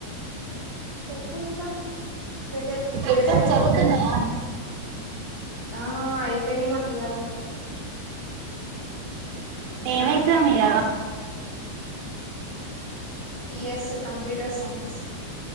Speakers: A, on the left; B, on the right.
A: చెప్పు ఇంకా? వెదర్ వెదర్
B: ఎగ్జామ్ చుడుతున్నావా?
A: ఆ అయిపోయినా మాకు ఇవాళనె
B: ఏం ఎగ్జామ్ ఇయిలా?
A: సీఎస్ కంప్యూటర్ సైన్స్